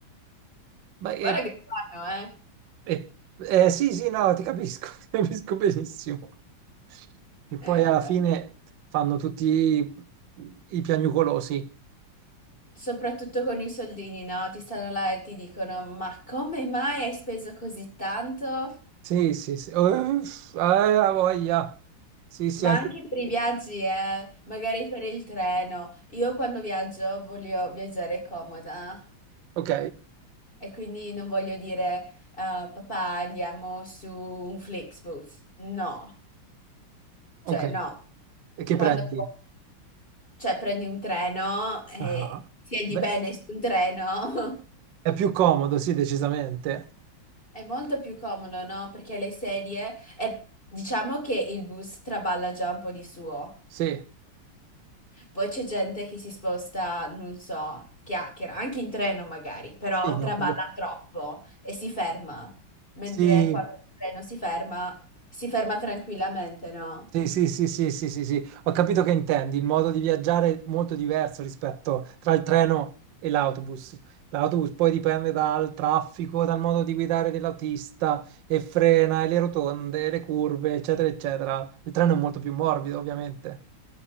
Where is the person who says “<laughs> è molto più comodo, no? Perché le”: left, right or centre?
Left